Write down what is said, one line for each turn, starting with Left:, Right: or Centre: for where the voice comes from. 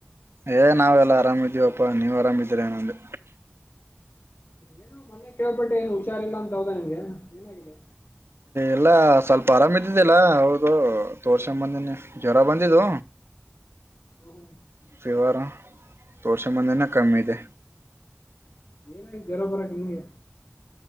Right: ಏ ನಾವೆಲ್ಲ ಆರಾಮಿದಿವವಪ್ಪಾ ನೀವ್ ಆರಾಮಿದೀರನೊಂದು
Left: ಏನ ಮನೆಗ್ ಕೇಳ್ಬಟ್ಟ ಏನು ಹುಷಾರ್ಿಲ್ಲ ಅಂತ ಹ್ದ ನಿಮಗೆ ಏನಾಗಿದೆ
Right: ಎಲ್ಲ ಸ್ವಲ್ಪ ಆರಾಮ ಇದ್ದಿದ್ದಿಲ್ಲ ಹೌದು ತೋರ್ಸಂಬಂದಿನೇ ಜ್ವರ ಬಂದಿದ್ದ
Left: ಹ್ಮ್
Right: ಸವಾರ ೋಡಸೆ ಮಂದೆ ನ ಕಮ್ಮಿ ಇದೆ
Left: ಏನ ಬರೋ ಬರಕ ನಿಂಗೆ